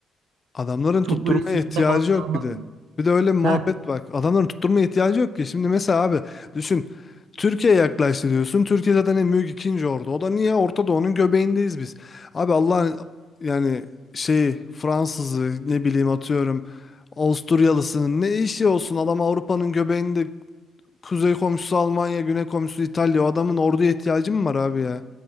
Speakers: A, on the left; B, on the right.
A: Adamların
B: Çok
A: tutturmaya
B: böyle sınıfta
A: ihtiyacı
B: falan
A: yok
B: kalanlar
A: bir de.
B: oldu.
A: Bir de öyle bir muhabbet
B: Heh,
A: bak. Adamların tutturmaya ihtiyacı yok ki. Şimdi mesela abi düşün. Türkiye yaklaştı diyorsun. Türkiye zaten en büyük ikinci ordu. O da niye? Orta Doğu'nun göbeğindeyiz biz. Abi Allah'ın yani şeyi Fransızı ne bileyim atıyorum Avusturyalısının ne işi olsun adam Avrupa'nın göbeğinde kuzey komşusu Almanya, güney komşusu İtalya. O adamın orduya ihtiyacı mı var abi ya?